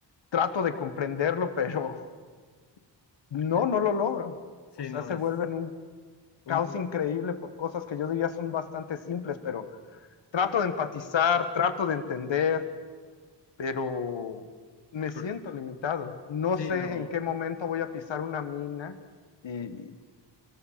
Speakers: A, on the left (about 80°); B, on the left (about 65°).
A: trato de comprenderlo, pero <laughs> no,
B: eh,
A: no lo logro.
B: sí,
A: O sea,
B: no,
A: se
B: es
A: vuelve en un
B: un,
A: caos
B: un-
A: increíble por cosas que yo diría son bastante simples, pero trato de empatizar, trato de entender, pero me siento
B: pero-
A: limitado. No
B: sí,
A: sé
B: no.
A: en qué momento voy a pisar una mina y